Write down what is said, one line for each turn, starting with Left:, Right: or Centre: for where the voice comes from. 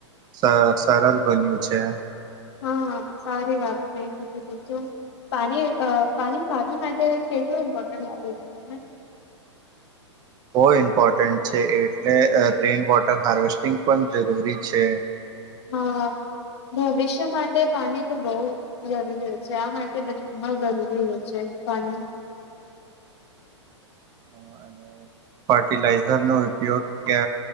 Right: સર સરલ બન્યું છે.
Left: હા સારી વાત કઈ દીધી બીજું. પાણી અ પાણી ફાર્મિંગ માટે કેટલું ઇમ્પોર્ટન્ટ લાગે છે તને?
Right: બો ઇમ્પોર્ટન્ટ છે, એટલે રેઇન વોટર હાર્વેસ્ટિંગ પણ જરૂરી છે.
Left: હા, ભવિષ્ય માટે પાણી તો બહુ જરૂરી હોય છે આ માટે બચવામાં ય જરૂરી હોય છે પાણી.
Right: હ અને ફર્ટિલાઈઝર નો ઉપયોગ ક